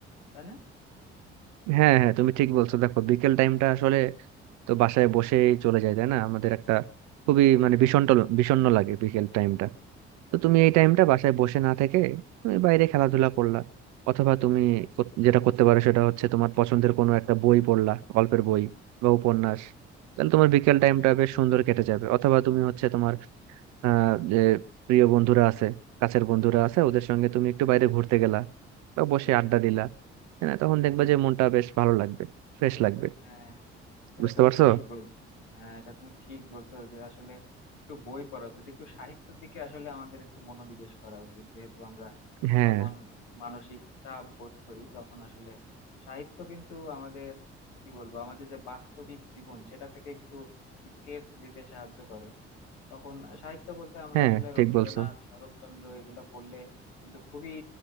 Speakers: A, on the left; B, on the right.
A: তাই না
B: হ্যাঁ হ্যাঁ তুমি ঠিক বলছো দেখো বিকেল টাইমটা আসলে তো বাসায় বসেই চলে যায় তাই না আমাদের একটা খুবই মানে বিষণ্ণ বিষণ্ণ লাগে বিকেল টাইমটা তো তুমি এই টাইমটা বাসায় বসে না থেকে তুমি বাইরে খেলাধুলা করলা অথবা তুমি কো- যেটা করতে পারো সেটা হচ্ছে তোমার পছন্দের কোনো একটা বই পড়লা গল্পের বই বা উপন্যাস তাহলে তোমার বিকেল টাইমটা বেশ সুন্দর কেটে যাবে অথবা তুমি হচ্ছে তোমার আহ যে প্রিয় বন্ধুরা আছে কাছের বন্ধুরা আছে ওদের সঙ্গে তুমি একটু বাইরে ঘুরতে গেলা বা বসে আড্ডা দিলা হ্যাঁ তখন দেখবা যে মনটা বেশ ভালো লাগবে ফ্রেশ লাগবে
A: হ্যাঁ এটা
B: বুঝতে
A: তুমি
B: পারছো
A: ঠিক বলছো হ্যাঁ এটা তুমি ঠিক বলছো যে আসলে একটু বই পড়া উচিত একটু সাহিত্যের দিকে আসলে আমাদের একটু মনোনিবেশ করা উচিত যেহেতু আমরা
B: হ্যাঁ
A: যখন মানসিক চাপ বোধ করি তখন আসলে সাহিত্য কিন্তু আমাদের কি বলবো আমাদের যে বাস্তবিক জীবন সেটা থেকে একটু স্কেপ দিতে সাহায্য করে তখন সাহিত্য বলতে আমরা
B: হ্যাঁ
A: আসলে
B: ঠিক
A: রবীন্দ্রনাথ
B: বলছো
A: শরৎচন্দ্র এগুলা পড়লে কিন্তু খুবই